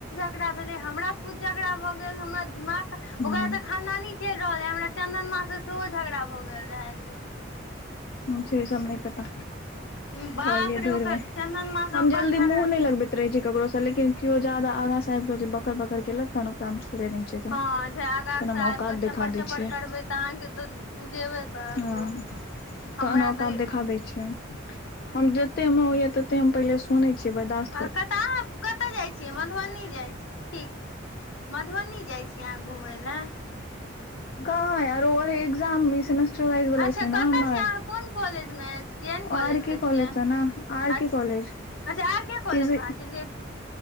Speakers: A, on the left (about 70°); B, on the left (about 50°).
A: ओकरा भेले हमरा खुद झगड़ा भऽ गेल हमरा दिमाग ओकरा
B: हूँ
A: तऽ खानदानी। चलि रहल रहय हमरा चंन्दनमा से सेहो झगड़ा भऽ गेल रहै एकबेर।
B: से सब नै पता
A: बेर बाप
B: कहलियै
A: रे
B: धूरबैंह
A: ओकर चंदन माँ से
B: हम
A: बड
B: जल्दी
A: झगड़ा
B: मुंह नैह लगबे। रहे छै केकरो से लेकिन केओ जादा आगा से आब के जे बकड़ -बकड़ केलक तहन ओकरा हम छोड़े नहि छियै। तहन
A: हँ जे आगाँ
B: तहन
A: से
B: हम
A: आब
B: औकात
A: कऽ
B: देखा
A: चपर
B: दै
A: चपर
B: छियै
A: करबै तऽ अहाँके दू। बुझेबै करत
B: हँ
A: लोक। हमरा
B: तहन ओका
A: तऽ
B: देखा देै छीयै हम हम जेते हम होइया तते हम पहिले सुनै छीयै बर्दास्त।
A: आओर कत अहां कतय जाइ छियै मधुबनी जाइ छी ठीक। मधुबनी जाइ छी अहाँ घुमय लए।
B: कहां यार आओर एग्जाम सेमेस्टर वाइज बाला
A: अच्छा
B: छै
A: कतय
B: ने हमर।
A: छै अहाँ कोन कॉलेज में। जेन कॉलेज
B: आर
A: से
B: के
A: छियै
B: कॉलेज ने आर
A: अच्छ
B: के कॉलेज
A: अच्छा आर के कॉलेज
B: पीजी
A: में अहां छलियै।